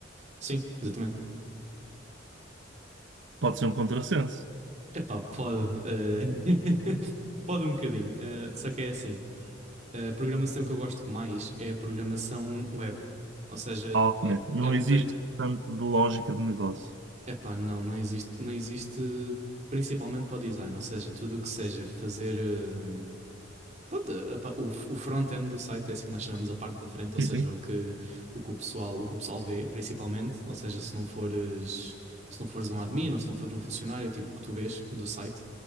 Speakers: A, on the right (about 40°); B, on the right (about 70°).
A: Sim, exatamente.
B: pode ser um contrassenso.
A: Epá, pode. eh, <laughs> pode um bocadinho. eh, só que é assim: a programação que eu gosto mais é a programação web. Ou seja,
B: Ah, ok.
A: eu,
B: Não
A: eu não
B: existe
A: tenho.
B: tanto de lógica de negócio.
A: Epá, não, não existe, não existe principalmente para o design, ou seja, tudo o que seja fazer hum, pronto, a pa- o, o front-end do site é assim que nós chamamos a parte da frente, ou
B: Sim,
A: seja,
B: sim.
A: o que o que o pessoal, o que o pessoal vê, principalmente, ou seja, se não fores se não fores um admin ou se não fores um funcionário, tipo o que tu vês do site,